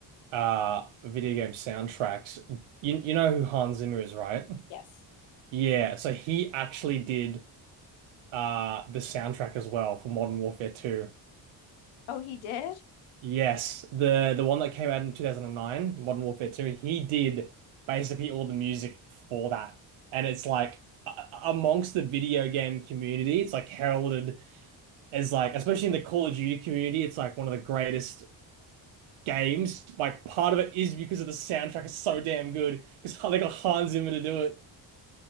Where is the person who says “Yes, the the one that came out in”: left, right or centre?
Right